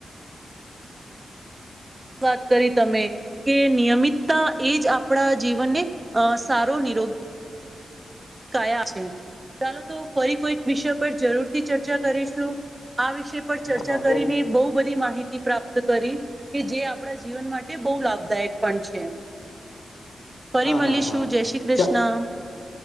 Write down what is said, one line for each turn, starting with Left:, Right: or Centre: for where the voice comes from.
Right: વાત કરી તમે કે નિયમિત ત એ જ આપણા જીવનને અ સારો નિરોગ <unintelligible> કયા ચાલો તો ફરી કોઈક વિષય પર જરૂરથી ચર્ચા કરીશું. આ વિષય પર ચર્ચા
Left: હા હું
Right: કરીને બઉ બધી માહિતી પ્રાપ્ત કરી, કે જે આપણા જીવન માટે બહુ લાભદાયક પણ છે. ફરી
Left: હા
Right: મળીશું
Left: હા હા
Right: જય શ્રી કૃષ્ણ
Left: ચ